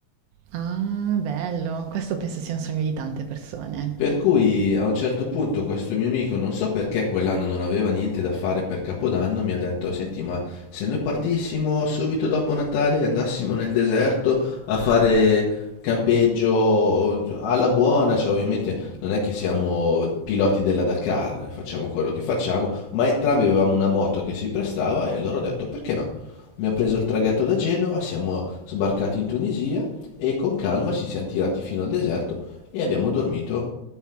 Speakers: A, on the right (about 75°); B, on the left (about 85°).
A: Ah, bello, questo penso sia un sogno di tante persone.
B: Per cui a un certo punto questo mio amico, non so perché quell'anno non aveva niente da fare per Capodanno, mi ha detto, senti, ma se noi partissimo subito dopo Natale e andassimo nel deserto a fare campeggio alla buona, cioè ovviamente non è che siamo piloti della Dakar, facciamo quello che facciamo, ma entrambi avevamo una moto che si prestava e allora ho detto, perché no? Abbiamo preso il traghetto da Genova, siamo sbarcati in Tunisia e con calma ci siamo tirati fino al deserto e abbiamo dormito.